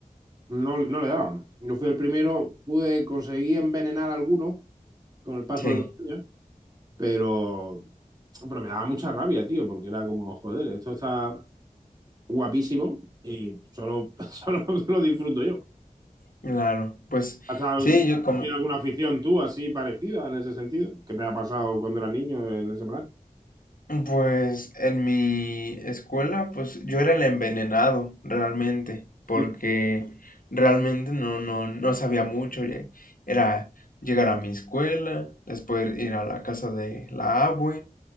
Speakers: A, on the right; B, on the left.
A: no, no le daban. Yo fui el primero, pude conseguir envenenar a alguno con el paso
B: sí,
A: de los años, pero, pero me daba mucha rabia, tío, porque era como, joder, esto está guapísimo y solo, <laughs> solo lo disfruto yo.
B: claro. Pues
A: ¿Has al-
B: sí, yo como,
A: tenido alguna afición tú así parecida en ese sentido? ¿Qué te ha pasado cuando eras niño en ese plan?
B: pues en mi escuela, pues yo era el envenenado realmente,
A: <laughs>
B: porque realmente no, no, no sabía mucho. lle- Era llegar a mi escuela, después ir a la casa de la abue,